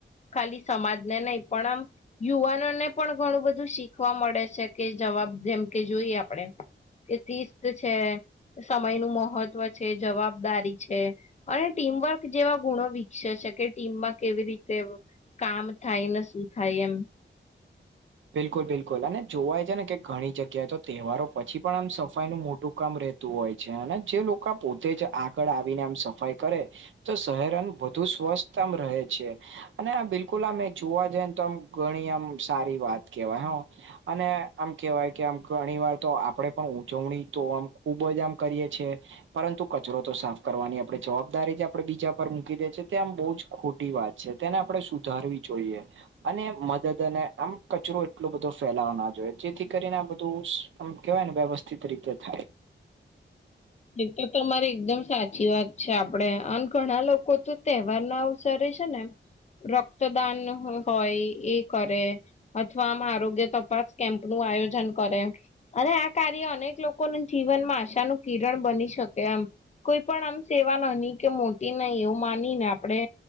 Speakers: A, on the left; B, on the right.
A: ખાલી સમાજ ને નહી પણ આમ યુવાનોને પણ ઘણું બધું શીખવા મળે છે કે જવાબ જેમ કે જોઈએ, આપણે કે શિસ્ત છે, સમય નું મહત્વ છે જવાબદારી છે. અને ટીમવર્ક જેવા ગુણો વિકસે છે કે, ટીમમાં કેવી રીતે કામ થાય, ને શું થાય એમ
B: બિલકુલ બિલકુલ અને જોવાય છે ને, કે ઘણી જગ્યાએ તો તહેવારો પછી પણ આમ સફાઈ નું મોટું કામ રહેત હોય છે, અને જે લોકો પોતે જ આગળ આવીને આમ સફાઈ કરે તો શહેરન વધુ સ્વસ્થતામ રહે છે, અને આ બિલકુલ આમે જોવા જઈને તો આમ ઘણી આમ સારી વાત કેવાય અને આમ કેવાય કે આમ ઘણી વાર તો આપણેે પણ ઉજવણી તો આમ ખુબ જ આમ કરીએ છે, પરંતુ કચરો તો સાફ કરવાની આપે જવાબદારી જે આપડે બીજા પર મૂકી દે છે તે આમ બહુ જ ખોટી વાત છે, તેને આપણે સુધારવી જોઈએ અને મદદને આમ કચરો એટલો બધો ફેલાવો ના જોઈએ જેથી કરીને, આ બધુંમ કેહેવાય ને વ્યવસ્થિત રીતે થાય
A: એ તો તમારી એકદમ સાચી વાત છે, આપડે અને ઘણા લોકો તો તહેવાર ના અવસરે છે ને એમ રક્તદાન હોય, એ કરે અથવા આમ આરોગ્ય તપાસ કેમ્પ નું આયોજન કરે, અને આ કાર્ય અનેક લોકોનું જીવનમાં આશાનું કિરણ બની શકે, એમ કોઈ પણ આમ સેવા નની કે મોટી નહી એવું માની ને આપડે